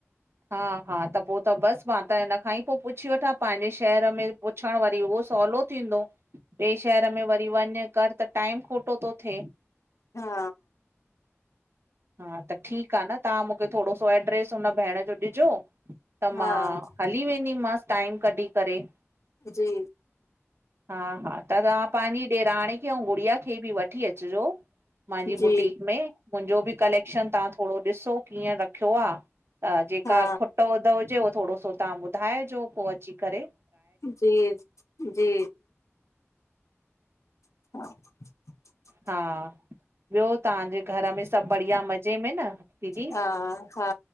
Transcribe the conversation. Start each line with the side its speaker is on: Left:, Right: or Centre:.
Right: हा हा त पोई त बस मां त हिन खां ई पोई पुछी वठां पंहिंजे शहर में पुछण वरी उहो सवलो थींदो ॿिए शहर में वरी वञु कर त टाइम खोटो तो थिए
Left: हा
Right: हा त ठीक आहे न तव्हां मूंखे थोरो सो एड्रेस हुन भेण जो ॾिजो। त
Left: हा
Right: मां हली वेंदीमस टाइम कढी करे।
Left: जी।
Right: हा, हा, त तव्हां पंहिंजी ॾेराणी खे ऐं गुड़िया खे बि वठी अचजो। मुंहिंजो
Left: जी
Right: बुटीक में मुंहिंजो बि कलेक्शन तव्हां थोरो ॾिसो कीअं रखियो आ। त जेका
Left: हा
Right: खुट वधद हुजे, उहो थोरो सो तव्हां ॿुधाइजो, पोइ अची करे‌।
Left: जी, जी। <unintelligible>
Right: हा ॿियो, तव्हांजे घर में सभु बढ़िया मज़े में न? दीदी
Left: हा, हा,